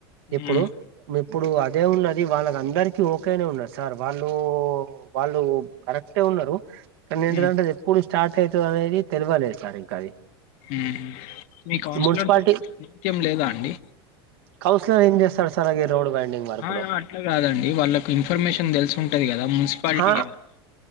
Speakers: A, on the right; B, on the left.
A: ఇప్పుడు
B: మ్మ్
A: ను ఇప్పుడు అదే ఉన్నది వాళ్ళకందరికి ఓకేనే ఉన్నది సార్ వాళ్ళు వాళ్ళు కరెక్టే ఉన్నరు. అక్కడ ఏంటిదంటె
B: మ్మ్
A: అది ఎప్పుడు స్టార్ట్ అయితుదో అనేది తెలివలేదు సార్ ఇంకా అది
B: ఉమ్ మీ కౌన్సిలర్
A: మున్సిపాలిటీ
B: తోటి మీకు కుత్యం లేదా అండి
A: కౌన్సర్ ఏం చేస్తడ్ ఈ రోడ్ బైండింగ్ వర్క్
B: ఆ
A: లో
B: ఇగ అట్ల కాదండి వాళ్ళకి ఇన్ఫర్మేషన్ తెలిసి ఉంటది కదా మున్సిపాలిటీయే
A: హా
B: కదా